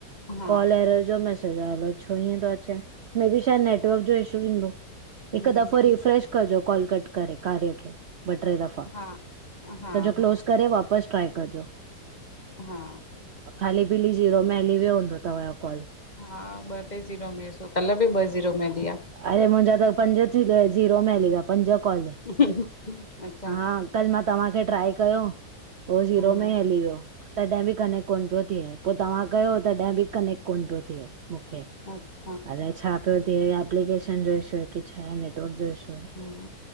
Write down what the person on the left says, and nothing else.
हा
हम्म
ठीकु
हा हा
हा
हा।
हा ॿ टे ज़ीरो में, सो कल्ह बि ॿ ज़ीरो में हली विया।
ह <unintelligible> अच् <unintelligible>
हम्म
अच् <unintelligible>
हम्म